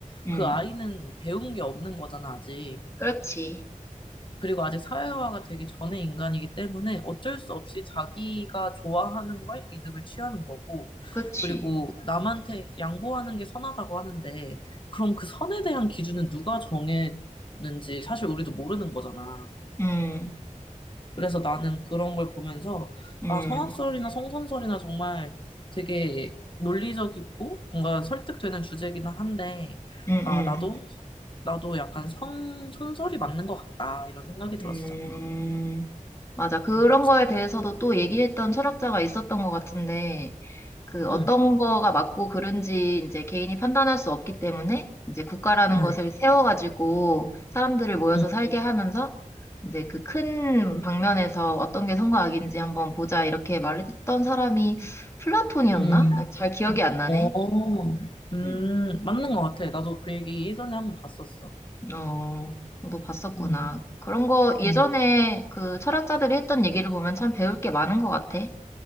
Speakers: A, on the left; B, on the left.
A: 응.
B: 그 아이는 배운 게 없는 거잖아, 아직.
A: 그렇지.
B: 그리고 아직 사회화가 되기 전의 인간이기 때문에 어쩔 수 없이 자기가 좋아하는 걸 이득을 취하는 거고,
A: 그렇지.
B: 그리고 남한테 양보하는 게 선하다고 하는데, 그럼 그 선에 대한 기준은 누가 정했는지 사실 우리도 모르는 거잖아.
A: 응,
B: 그래서 나는 그런 걸 보면서,
A: 응,
B: 아, 성악설이나 성선설이나 정말 되게 논리적이고 뭔가 설득되는 주제기는 한데,
A: 응,
B: 아,
A: 응.
B: 나도, 나도 약간 성, 선설이 맞는 것 같다, 이런 생각이 들었어.
A: 음, 맞아. 그런
B: 음,
A: 거에 대해서도 또 얘기했던 철학자가 있었던 것 같은데, 그 어떤
B: 음,
A: 거가 맞고 그른지 이제 개인이 판단할 수 없기 때문에 이제 국가라는
B: 음,
A: 것을 세워가지고 사람들을 모여서
B: 음,
A: 살게 하면서 이제 그 큰 방면에서 어떤 게 선과 악인지 한번 보자 이렇게 말했던 사람이 플라톤이었나?
B: 음.
A: 잘 기억이 안 나네.
B: 어, 음,
A: 음.
B: 맞는 것 같아. 나도 그 얘기 예전에 한 번 봤었어.
A: 어, 너도 봤었구나.
B: 음,
A: 그런 거 예전에
B: 음,
A: 그 철학자들이 했던 얘기를 보면 참 배울 게 많은 것 같아.